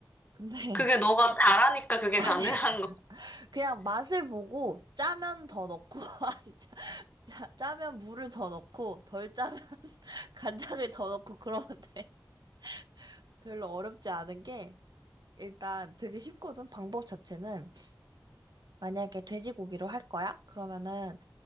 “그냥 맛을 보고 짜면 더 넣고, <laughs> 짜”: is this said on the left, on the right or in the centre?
Right